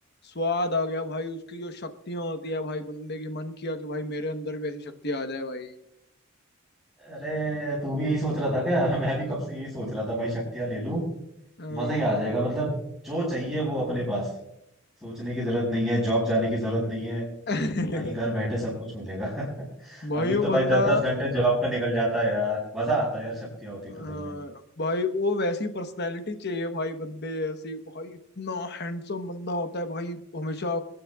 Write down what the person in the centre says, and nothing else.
अरे तू भी यही सोच रहा था क्या <laughs> मैं भी कब से यही सोच रहा था भाई शक्तियाँ ले लूं
मजा ही आ जाएगा मतलब जो चाहिए वो अपने पास सोचने की जरूरत नहीं है जॉब जाने की जरूरत नहीं है
भाई घर बैठे सब कुछ मिलेगा <laughs>
अभी
तो
भाई दस दस घंटे जॉब पे निकल जाता है यार मजा आता है यार शक्तियाँ होती
तो सही में